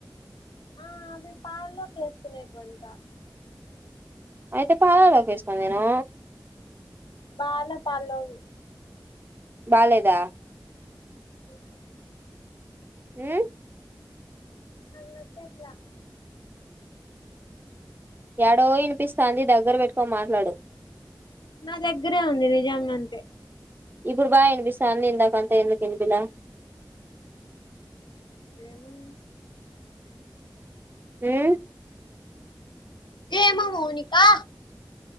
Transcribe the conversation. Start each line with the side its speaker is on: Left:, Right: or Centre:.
Left: ఆ అవి పాలల్లోకేసుకొనేటివంటా
Right: అయితే పాల్లల్లోకేసుకొని తిను
Left: బాలే పాలోకి
Right: బాలేదా
Left: ఒహు
Right: మ్మ్
Left: నాకు నచ్చట్ల
Right: ఎడో వినిపిస్తాంది దగ్గర పెట్టుకొని మాట్లాడు
Left: నా దగ్గరే ఉంది నిజంగా అంతే
Right: ఇప్పుడు బాగా వినిపిస్తంది ఇందాక అంత ఎందుకు వినిపిలా
Left: ఏమో
Right: మ్మ్
Left: ఏమో మౌనికా